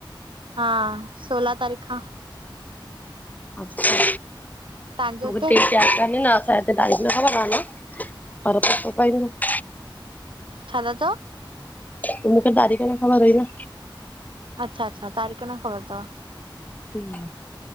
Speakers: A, on the right; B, on the left.
A: हा, सोलहा तारीख़ खां।
B: अच्छा
A: तव्हांजे
B: मूंखे
A: हुते
B: ढेट यादि काने न असां त तााई न ख न न पर पको पाईंदो <unintelligible>
A: छा ता चओ?
B: त मुखे तारीख़ न ख़बर हुयी न।
A: अच्छा अच्छा तारीख़ न ख़बर तव।
B: ह <unintelligible>